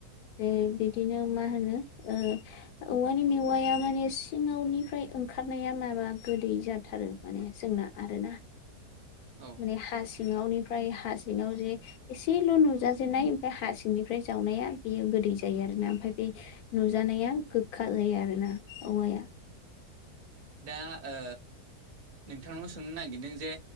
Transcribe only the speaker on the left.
ओ बिदिनो मा होनो ओ औवानि मेवाया माने सिङावनिफ्राय ओंखारनाया माबा गोदै जाथारो। माने जोंना आरोना
माने हा सिङावनिफ्राय हा सिङाव जे एसेल' नुजाजेननाय ओमफाय हा सिंनिफ्राय जावनाया बेयो गोदै जायो आरोना। ओमफाय बे नुजानाया गोखा जायो आरोना औवाया।